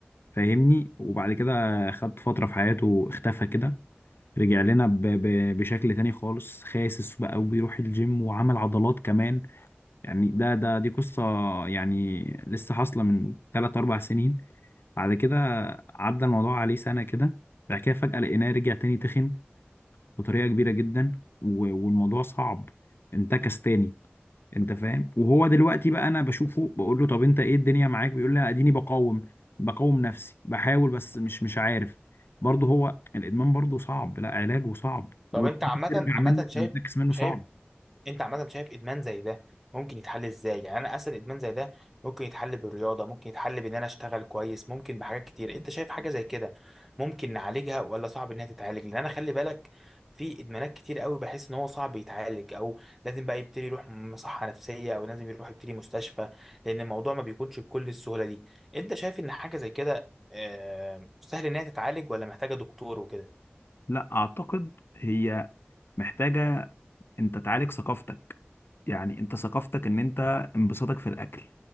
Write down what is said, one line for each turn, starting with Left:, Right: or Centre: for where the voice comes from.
Left: فاهمني وبعد كده خد فترة في حياته اختفى كده رجع لنا ب... ب... بشكل تاني خالص خاسس بقى وبيروح الجيم وعمل عضلات كمان يعني ده ده دي قصة يعني لسه حاصلة من 3 4 سنين بعد كده عدى الموضوع عليه سنة كده بعد كده فجأة لقيناه رجع تاني تخن بطريقه كبيره جدا و- والموضوع صعب انتكس تاني انت فاهم وهو دلوقتي بقى انا بشوفه بقول له طب انت ايه الدنيا معاك بيقول لي اديني بقاوم بقاوم نفسي بحاول بس مش مش عارف برضه هو الادمان برضه صعب لا علاجه صعب
Centre: طب
Left: وترجع
Centre: انت عامه عامه
Left: منه
Centre: شايف
Left: تنتكس منه
Centre: شايف
Left: صعب
Centre: انت عامه شايف ادمان زي ده ممكن يتحل ازاي يعني انا اسال ادمان زي ده ممكن يتحل بالرياضه ممكن يتحل بان انا اشتغل كويس ممكن بحاجات كتير انت شايف حاجه زي كده ممكن نعالجها ولا صعب انها تتعالج لان انا خلي بالك في ادمانات كتير قوي بحس ان هو صعب يتعالج او لازم بقى يبتدي يروح مصحه نفسيه او لازم يروح يبتدي مستشفى لان الموضوع ما بيكونش بكل السهوله دي انت شايف ان حاجه زي كده آه، سهل انها تتعالج ولا محتاجه دكتور وكده
Left: لا اعتقد هي محتاجه انت تعالج ثقافتك يعني انت ثقافتك ان انت انبساطك في الاكل